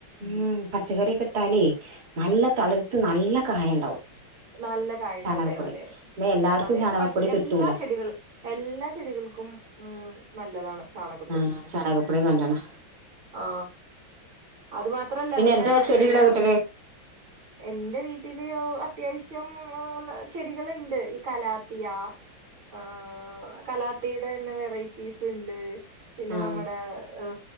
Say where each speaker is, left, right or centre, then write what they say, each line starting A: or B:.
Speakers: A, on the right; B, on the right.
A: ഉ പച്ചക്കറി കെട്ടാലേ നല്ല തളിർത്ത് നല്ല കായ ഉണ്ടാവും
B: നല്ല കായുണ്ടാവും
A: ചാണകപ്പൊടി
B: അതെയോ അതെ
A: പിന്നെ എല്ലാവർക്കും
B: അതെ
A: ചാണകപ്പൊടി
B: അതെ
A: കിട്ടൂല
B: എല്ലാ ചെടികൾ എല്ലാ ചെടികൾക്കും ഉം നല്ലതാണ്. ചാണകപ്പൊടി
A: ആഹ് ചാണകപ്പൊടി നല്ലോണം
B: ആ അത് മാത്രല്ല പിന്നെ
A: എന്താ ചെടിയുള്ള
B: വേറെ
A: വീട്ടില്
B: എന്റെ വീ അത്യാവശ്യം ചെടികൾണ്ട് ഈ കലാത്തിയ ആഹ് കലാത്തിയുടെ തന്നെ വെറൈറ്റീസ് ഇണ്ട്. പിന്നെ
A: ആഹ്
B: നമ്മുടെ ഹ്